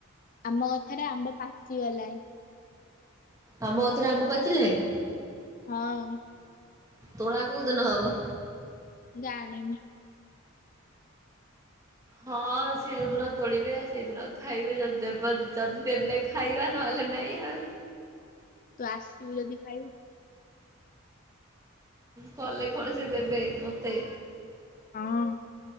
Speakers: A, on the left; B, on the right.
A: ଆମ ଗଛରେ ଆମ୍ବ ପାଚି ଗଲାଣି।
B: ଆମ ଗଛ ରେ ଆମ୍ବ ପାଚିଲାଣି?
A: ହଁ।
B: ତୋଳା କୋଉଦିନ ହବ?
A: ଜାଣିନି।
B: ହଁ ସି ଯୋଉଦିନ ତୋଳିବେ ସେଇଦିନ ଖାଇବେ ଯଦି ଦେବ ଯଦି ଦେବେ ଖାଇବା ନହେଲେ ନାଇ ଆଉ।
A: ତୁ ଆସିବୁ ଯଦି ଖାଇବୁ?
B: କଲେ କଣ ସେ ଦେବେ ମତେ?
A: ହଁ।